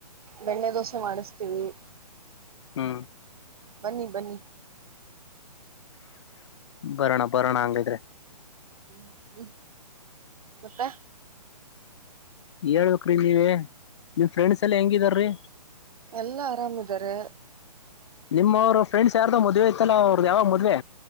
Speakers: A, on the right; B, on the left.
A: ಬೆಣ್ಣೆ ದೋಸೆ ಮಾಡಿಸ್ತೀವಿ
B: ಹ್ಮ್
A: ಬನ್ನಿ ಬನ್ನಿ
B: ಬರೋಣ ಬರೋಣ ಹಂಗಿದ್ರೆ
A: ಹ್ಮ್್ಮ ಮತ್ತಾ
B: ಹೇಳ್ಬೇಕ್ರಿ ನೀವ ನಿಮ್ ಫ್ರೆಂಡ್ಸ್ ಎಲ್ಲಾ ಹೆಂಗಿದಾರ್ರಿ
A: ಎಲ್ಲಾ ಆರಾಮಿದಾರೆ
B: ನಿಮ್ಮ್್ರ ಫ್ರೆಂಡ್ ಯಾರ್ದು ಮದ್ೆ ಇತ್ತಲ್ಲ ಅವ್ರದ್ದ ಯಾವಾಗ ಮದ್ವೆ